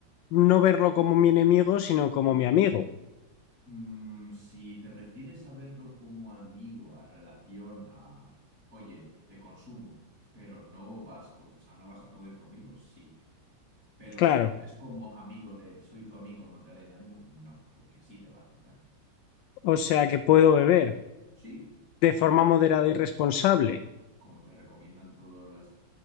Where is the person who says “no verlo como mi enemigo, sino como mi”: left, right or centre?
Left